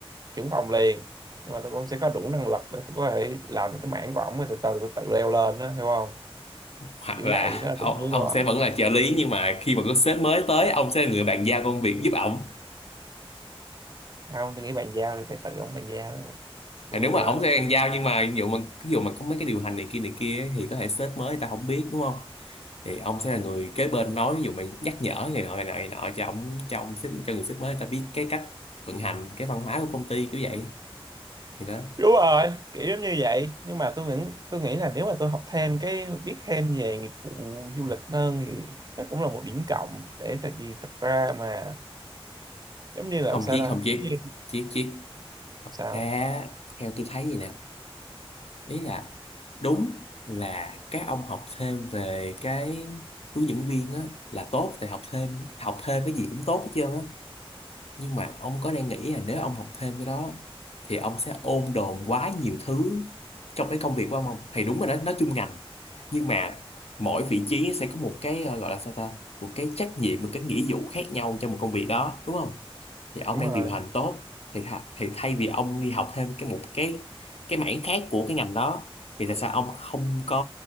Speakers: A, on the right; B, on the left.
A: trưởng phòng liền nhưng mà tôi cũng sẽ có đủ năng lực để tôi có thể làm cái mảng của ổng rồi từ từ tôi tự leo lên đó hiểu không
B: hoặc
A: kiểu
B: là
A: vậy đó là
B: ông,
A: định hướng
B: ông
A: của ổng
B: sẽ vẫn là trợ lý nhưng mà khi mà có sếp mới tới ông sẽ là người bàn giao công việc giúp ổng
A: không tôi nghĩ bàn giao thì phải tự ổng bàn giao đó tôi
B: thì nếu
A: bàn
B: mà
A: giao
B: ổng sẽ hàng giao nhưng mà ví dụ mà ví dụ mà có mấy cái điều hành này kia này kia ấy, thì có thể sếp mới người ta không biết đúng không thì ông sẽ là người kế bên nói ví dụ mà nhắc nhở này nọ này nọ này nọ cho ông cho ông sếp cho người sếp mới người ta biết cái cách vận hành cái văn hóa của công ty kiểu vậy thì đó
A: đúng rồi kiểu giống như vậy nhưng mà tôi nghĩ tôi nghĩ là nếu mà tôi học thêm cái biết thêm về nghiệp vụ du lịch hơn thì nó cũng là một điểm cộng để tại vì thật ra mà giống như làm
B: không
A: sao
B: chiếc
A: ta
B: không chiếc
A: giống như
B: chiếc chiếc
A: sao
B: ra theo tôi thấy gì nè ý là đúng là các ông học thêm về cái hướng dẫn viên á là tốt tại học thêm học thêm cái gì cũng tốt hết trơn á nhưng mà ông có đang nghĩ là nếu ông học thêm cái đó thì ông sẽ ôm đồm quá nhiều thứ trong cái công việc của ông không thì đúng rồi đó nó chung ngành nhưng mà mỗi vị trí sẽ có một cái ờ, gọi là sao ta một cái trách nhiệm một cái nghĩa vụ khác nhau trong một công việc đó đúng không thì ông
A: đúng
B: đang
A: rồi
B: điều hành tốt thì tha, thì thay vì ông đi học thêm cái một cái cái mảng khác của cái ngành đó thì tại sao ông không có